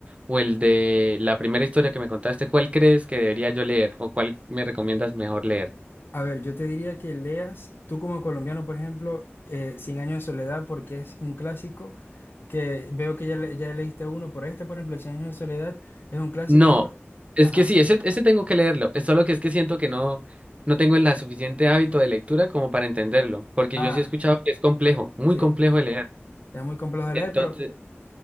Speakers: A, on the right; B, on the left.
A: o el de la primera historia que me contaste, ¿cuál crees que debería yo leer o cuál me recomiendas mejor leer?
B: A ver, yo te diría que leas, tú como colombiano, por ejemplo, eh, Cien años de soledad, porque es un clásico que veo que ya, le- ya leíste uno, por este, por ejemplo, Cien años de soledad es un clásico,
A: No, es
B: ajá,
A: que sí, ese, ese tengo que leerlo, es solo que es que siento que no, no tengo el la suficiente hábito de lectura como para entenderlo, porque
B: ah,
A: yo sí he escuchado que es complejo, muy
B: sí,
A: complejo de leer.
B: es muy complejo de leer,
A: Entonces...
B: pero,